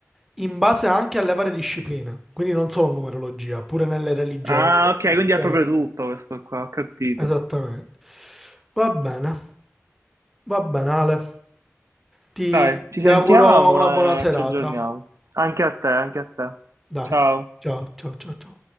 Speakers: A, in the centre; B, on the right.
A: in base anche alle varie discipline, quindi non solo numerologia, pure nelle religioni,
B: Ah,
A: proprio
B: ok,
A: ti
B: quindi
A: spiega
B: è proprio tutto questo qua, ho capito.
A: esattamente. Va bene. Va bene, Ale. Ti,
B: Dai, ci
A: ti
B: sentiamo
A: auguro una buona
B: e
A: serata.
B: ci aggiorniamo. Anche a te, anche a te.
A: Dai,
B: Ciao.
A: ciao, ciao, ciao, ciao.